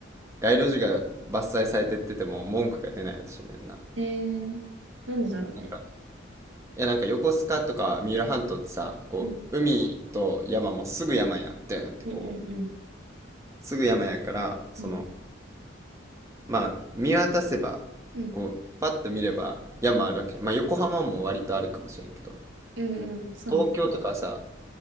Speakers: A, on the right; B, on the right.
A: 街路樹が伐採されてってても文句が出ないらしいねんな。
B: うんえー、なんでだろうね。
A: なんか、いやなんか横須賀とか三浦半島ってさ、こう、
B: うん、
A: 海と山もすぐ山やん、ドゥーンってこ
B: うん、うん、
A: すぐ山やから、その、
B: うん、うん、
A: まあ、見渡せば、
B: うん、
A: こう、パッと見れば山あるわけ。まあ、横浜も割とあるかもしれんけど、
B: うんうんそうね。
A: 東京とかはさ、